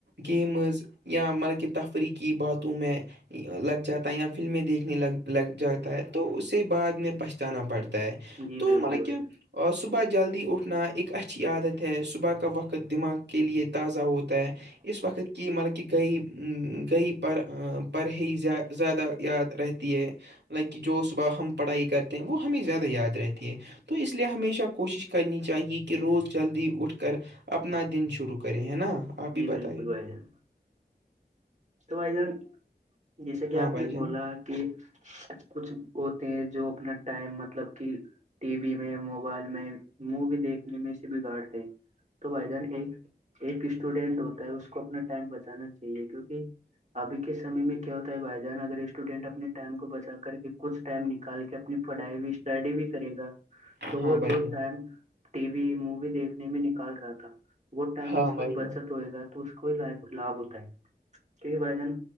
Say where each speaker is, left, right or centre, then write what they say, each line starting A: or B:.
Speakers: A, on the right; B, on the right.
A: گیمز یا مطلب کہ تفریحی باتوں میں لگ جاتا ہے یا فلمیں دیکھ گ لگ جاتا ہے تو اسے بعد میں پچتانا پڑتا ہے
B: جی
A: تو
B: بالکل
A: مطلب
B: بھائی
A: کیا
B: جان
A: اور صبح جلدی اٹھنا ایک اچھی عادت ہے صبح کا وقت دماغ کے لیے تازہ ہوتا ہے اس وقت کی مطلب کہ گئی کی پر پرڑ ہی زیادہ یاد رہتی ہیں لائک کی جو صبح ہم پڑھائی کرتے ہیں وہ ہمیں زیادہ یاد رہتی ہے تو اس لیئے ہمیشہ کوشش کرنی چاہیے کہ روز جلدی اٹھ کر اپنا دن شروع کرے ہے نا آپ بھی
B: جی
A: بتائیے
B: بالکل بھائی جان تو بھائی جان جیسے کہ
A: ہاں
B: آپ
A: بھائی
B: نے
A: جان
B: بولا کہ کچھ ہوتے ہیں جو اپنا ٹائم مطلب کہ ٹی وی میں موبائل میں مووی دیکھنے میں سے بگاڑتے ہے تو بھائی جان ایک ایک اسٹوڈینٹ ہوتا ہے اس کو اپنا ٹائم بچانا چاہیے کیونکہ ابھی کے سمے میں کیا ہوتا ہے بھائی جان اگر اسٹوڈینٹ اپنے ٹائم کو بچا کر کے کچھ ٹائم نکال کے اپنی پڑھائی بھی اسٹڈی بھی کرے گا تو وہ
A: ہاں بھائی
B: جو
A: جان
B: ٹائم ٹی وی مووی دیکھنے میں نکال رہا تھا وہ ٹائم
A: ہاں
B: اس
A: بھائی
B: کا
A: جان
B: بچ ہوئے گا تو اس کو ہی لابھ ہوتا ہے بھائی جان